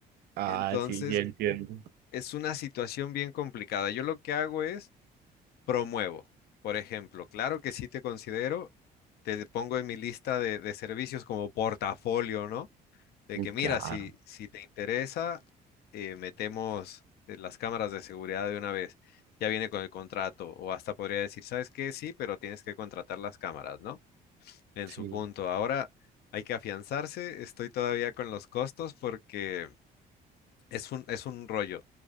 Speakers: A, on the right (about 70°); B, on the left (about 70°).
A: Ah,
B: Entonces,
A: sí, ya entiendo.
B: es una situación bien complicada. Yo lo que hago es promuevo. Por ejemplo, claro que sí te considero, te pongo en mi lista de, de servicios como portafolio, ¿no? De que mira,
A: Claro,
B: si, si te interesa, eh, metemos eh, las cámaras de seguridad de una vez. Ya viene con el contrato, o hasta podría decir, ¿sabes qué? Sí, pero tienes que contratar las cámaras, ¿no? en
A: sí.
B: su punto. Ahora hay que afianzarse. Estoy todavía con los costos porque es un, es un rollo.